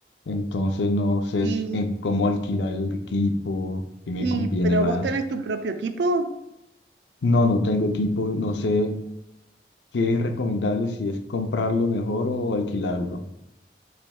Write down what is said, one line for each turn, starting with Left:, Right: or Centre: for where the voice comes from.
Left: Entonces no sé
Right: Y,
Left: si- en cómo alquilar el equipo, qué me
Right: y,
Left: conviene
Right: pero
Left: más.
Right: vos tenés tu propio equipo
Left: No, no tengo equipo, no sé qué es recomendable, si es comprarlo mejor o alquilarlo.